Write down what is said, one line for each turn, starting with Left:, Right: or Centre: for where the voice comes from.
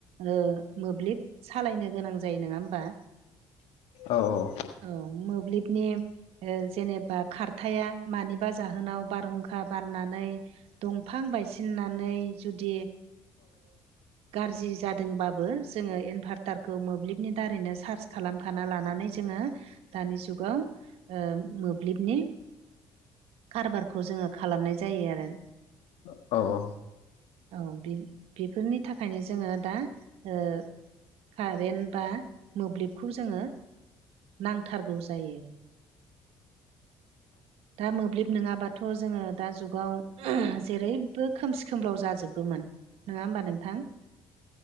Right: ओ मोब्लिब सालायनो गोनां जायो नङा होमबा
Left: औ औ
Right: औ मोब्लिबनि जेनेबा खारथाया मानिबा जाहोनाव बारहुंखा बारनानै दंफां बायसिननानै जुदि गाज्रि जादोंबाबो जोङो इनभार्टारखौ मोब्लिबनि दारैनो सार्च खालाम खाना लानानै जोङो दानि जुगाव मोब्लिबनि कारबारखौ जोङो खालामनाय जायो आरो
Left: औ औ
Right: औ बेफोरनि थाखायनो जोङो दा ओ कारेन्ट बा मोब्लिबखौ जोङो नांथारगौ जायो दा मोब्लिब नङाबाथ' जोङो दा जुगाव जेरैबो खोमसि खोमलाव जाजोबगौमोन नङा होमबा नोंथां